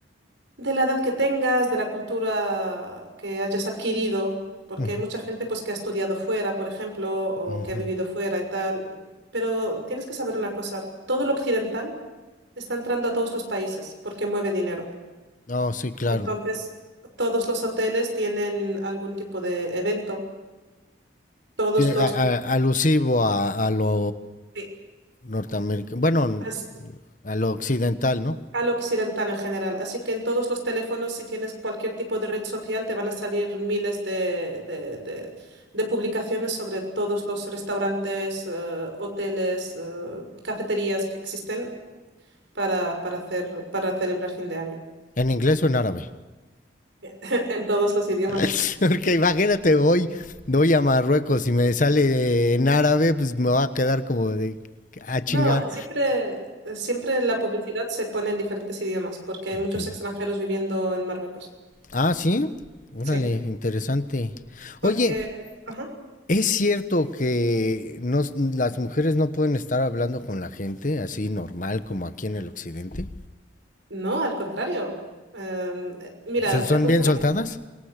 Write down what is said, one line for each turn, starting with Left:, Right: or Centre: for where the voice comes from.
Right: de la edad que tengas, de la cultura que hayas adquirido, porque
Left: ujú,
Right: hay mucha gente pues que ha estudiado fuera, por ejemplo, o
Left: ujú.
Right: que ha vivido fuera y tal. Pero tienes que saber una cosa, todo lo occidental Está entrando a todos los países porque mueve dinero.
Left: No, sí, claro.
Right: Entonces, todos los hoteles tienen algún tipo de evento, todos
Left: Tie-
Right: los...
Left: a- a- alusivo a, a lo
Right: sí,
Left: norteamericano, bueno,
Right: as-
Left: a lo occidental, ¿no?
Right: al occidental en general. Así que en todos los teléfonos, si tienes cualquier tipo de red social, te van a salir miles de, de- de- de publicaciones sobre todos los restaurantes, eh, hoteles, eh, cafeterías que existen para, para hacer, para celebrar fin de año
Left: ¿En inglés o en árabe?
Right: <laughs> en todos los idiomas.
Left: <laughs> Porque imagínate, voy, voy a Marruecos y me sale en árabe, pues me va a quedar como de a chinga.
Right: No, siempre, eh, siempre la publicidad se pone en diferentes idiomas porque hay muchos
Left: Okay.
Right: extranjeros viviendo en Marruecos.
Left: Ah, sí. Órale,
Right: Sí,
Left: interesante.
Right: porque,
Left: Oye,
Right: ajá,
Left: ¿es cierto que no, las mujeres no pueden estar hablando con la gente así normal como aquí en el occidente?
Right: no, al contrario. Em, eh, mira,
Left: ¿Se- ¿Son
Right: te cuento
Left: bien
Right: una
Left: soltadas?
Right: cosa.